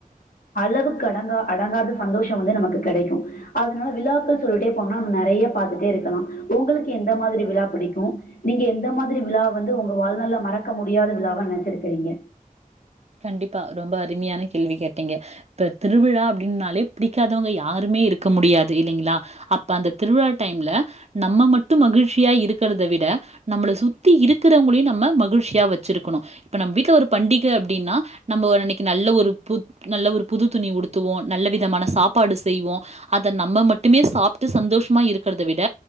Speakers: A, on the left; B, on the right.
A: அளவுக் க்கடங்கா அடங்காத சந்தோஷ வந்து நமக்கு கெடைக்கு அதனால விழாக்கள் சொல்லிடே போனா நம்ம நெறைய பாத்துட்டே இருக்கலா உங்களுக்கு எந்த மாதிரி விழா பிடிக்கு நீங்க எந்த மாதிரி விழா வந்து உங்க வாழ்நாள்ல மறக்க முடியாத விழாவா நெனச்சிருக்றீங்க
B: கண்டிப்பா ரொம்ப அரும்மியான கேள்வி கேட்டீங்க இப்ப திருவிழா அப்டின்னாலே பிடிக்காதவங்க யாருமே இருக்க முடியாது இல்லிங்களா அப்ப அந்த திருவிழா டைம்ல நம்ம மட்டு மகிழ்ச்சியா இருக்கறத விட நம்பள சுத்தி இருக்கிறவங்களையு நம்ம மகிழ்ச்சியா வெச்சிருக்குணு இப்ப நம் வீட்ல ஒரு பண்டிக அப் டின்னா நம்ப ஒரு அன்னிக்கி நல்ல ஒரு புத் நல்ல ஒரு புது துணி உடுத்துவோ நல்ல விதமான சாப்பாடு செய்வோ அத நம்ம மட்டுமே சாப்ட்டு சந்தோஷமா இருக்கறத விட